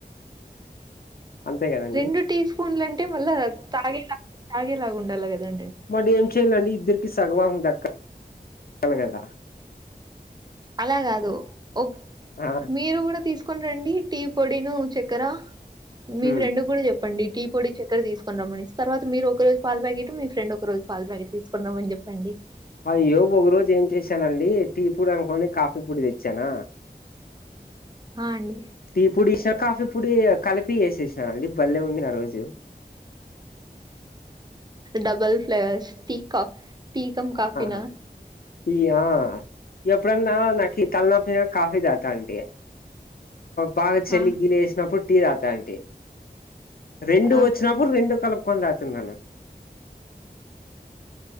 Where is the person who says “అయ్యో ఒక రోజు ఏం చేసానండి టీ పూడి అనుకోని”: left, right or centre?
Left